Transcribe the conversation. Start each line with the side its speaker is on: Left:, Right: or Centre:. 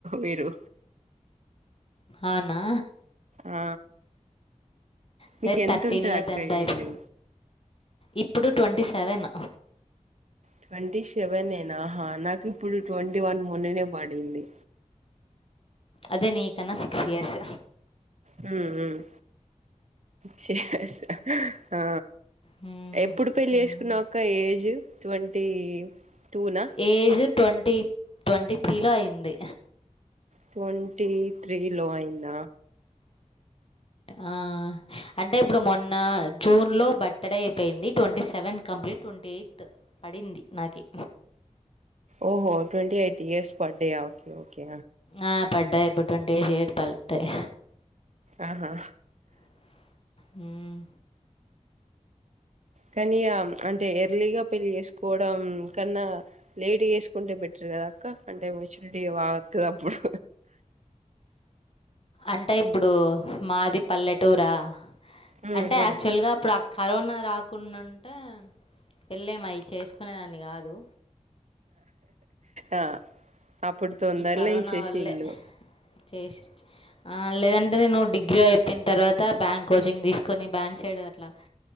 Right: మీరు
Left: అవునా
Right: ఆ
Left: అదే
Right: మీకు ఎంత
Left: థర్టీన్లో
Right: ఉంటది అక్క
Left: టెన్త్ అయిపో
Right: ఏజు
Left: ఇప్పుడు ట్వంటీ సెవెన్
Right: ట్వంటీ సెవెనేన ఆహా నాకు ఇప్పుడు ట్వంటీ వన్ మొన్ననే పడింది
Left: అదే నీకన్నా సిక్స్ ఇయర్స్
Right: హ్మ్ మ్మ్ సిక్స్ ఇయర్స్ ఆ
Left: హ్మ్
Right: ఎప్పుడు పెళ్లి
Left: హ్మ్.
Right: చేసుకున్నావక్క ఏజ్ ట్వంటీ టూ నా
Left: ఏజు ట్వంటీ ట్వంటీ త్రీ లో అయింది
Right: ట్వంటీ త్రీ లో అయింద
Left: ఆ అంటే ఇప్పుడు మొన్న జూన్ లో బర్త్డే అయిపోయింది twenty seven complete twenty eighth పడింది నాకి
Right: ఓహో ట్వంటీ ఎయిట్ ఇయర్స్ పడ్డయా ఓకే ఓకే
Left: ఆ! పడ్డాయి ఇప్పుడు ట్వంటీ ఎయిట్ ఇయర్స్ తలుత్తాయి
Right: ఆహా
Left: హ్మ్
Right: కళ్యాణ్ అంటే ఎర్లీగా పెళ్ చేసుకో కన్నా లేటు చేసుకుంటే బెటర్ కదాక్క అంటే మెచ్యూరిటీ బాగత్తది అప్పుడు
Left: అంటే ఇప్పుడు మాది పల్లెటూరా
Right: హ్మ్
Left: అంటే
Right: హ్మ్
Left: యాక్చువల్గా అప్పుడు అ కరోనా రాకుండా ఉంటే పెళ్ళేమయి చేసుకునేదాన్ని కాదు
Right: ఆ అప్పుడు తొందారల
Left: ఈ కరోనా
Right: ఏసేశిల్లు
Left: వల్లే చేసి లేదంటే నేను డిగ్రీ అయిపోయిన తర్వాత బ్యాంక్ కోచింగ్ తీసుకొని బ్యాంక్ సైడ్ అట్లా